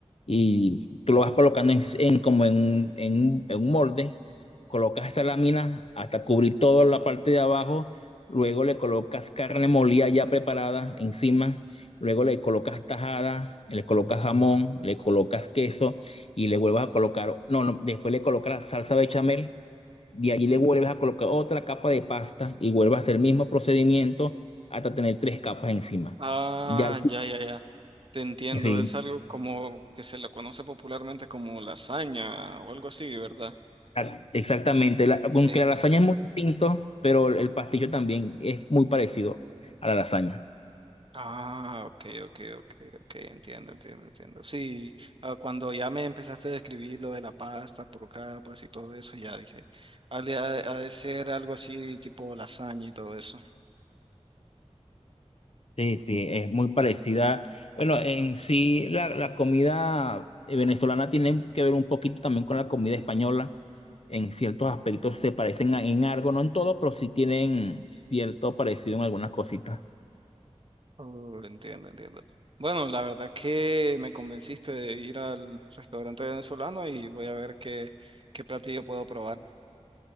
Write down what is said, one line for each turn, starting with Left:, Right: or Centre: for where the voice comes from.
Left: y tú lo vas colocando en, en como en, un- en, un en un molde, colocas esa lámina hasta cubrir toda la parte de abajo, luego le colocas carne molida ya preparada encima, luego le colocas tajada, le colocas jamón, le colocas queso y le vuelvas a colocar, no, no, después le colocas salsa bechamel y allí le vuelves a colocar otra capa de pasta y vuelves a hacer el mismo procedimiento hasta tener tres capas encima.
Right: Ah,
Left: Y ya,
Right: ya, ya, ya. Te entiendo,
Left: sí,
Right: es algo como que se lo conoce popularmente como lasaña o algo así, ¿verdad?
Left: a- exactamente. La- aunque
Right: Es...
Left: la lasaña es muy distinto, pero el pastillo también es muy parecido a la lasaña.
Right: Ah, ok, ok, ok, ok, entiendo, entiendo, entiendo. Sí, ah, cuando ya me empezaste a describir lo de la pasta por capas y todo eso, ya dije, ha de, ha- de- ha de ser algo así tipo lasaña y todo eso.
Left: Sí, sí, es muy parecida. Bueno, en sí la, la comida eh, venezolana tiene que ver un poquito también con la comida española. En ciertos aspectos se parecen a- en algo, no en todo, pero sí tienen cierto parecido en algunas cositas.
Right: Oh, entiendo, entiendo. Bueno, la verdad que me convenciste de ir al restaurante venezolano y voy a ver qué, qué platillo puedo probar.